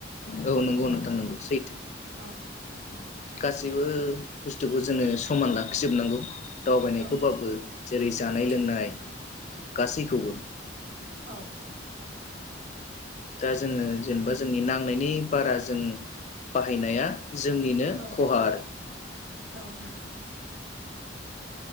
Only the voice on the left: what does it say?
औ नोंगौ नोंथां नोंगौ सैथो
गासैबो बुस्थुखौ जोङो समान लाखिजोबनांगौ दावबायनायखौबाबो
जेरै जानाय
लोंनाय गासैखौबो
दा जोङो जेनेबा जोंनि नांनायनि बारा जों बाहायनाया जोंनिनो
खहा आरो